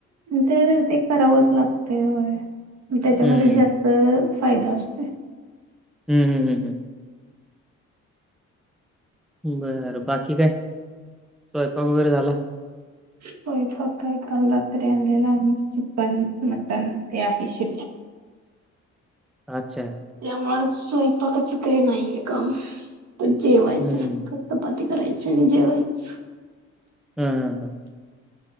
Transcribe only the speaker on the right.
त्या ते करावंच लागतय वय त्याच्यामध्ये
जास्त फायदा असतय.
स्वयपाक काय काल रात्री आणलेला आमी चिकन मटन ते आहे शिल्लक.
त्यामुळे स्वयंपाकाच काही नाहीये काम त जेवायचं
फक्तं. ती करायची आणि जेवायच.